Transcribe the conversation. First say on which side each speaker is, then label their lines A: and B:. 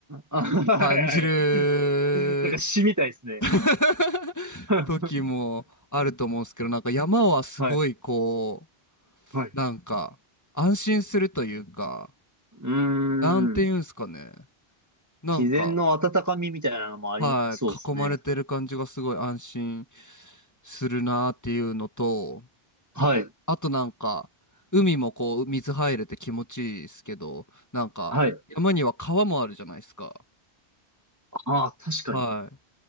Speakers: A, on the right; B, on the left.
A: あ、はい、
B: 感じる
A: はい。<laughs> なんか詩みたいですね。
B: <laughs>
A: <laughs> は
B: 時もあると思うんですけど、なんか山はすごいこ
A: い。はい。
B: う、なんか安心するというか、
A: うー
B: なんていうんですかね。
A: ん。
B: なんか、
A: 自然の温かみみたいなのもあり、
B: はい、
A: そうですね。
B: 囲まれてる感じがすごい安心するなっていうのと、
A: はい。
B: あとなんか、海もこう、水入れて気持ちいいですけど、なんか、
A: はい。
B: 山には川もあるじゃないですか。
A: ああ、確かに。
B: はい。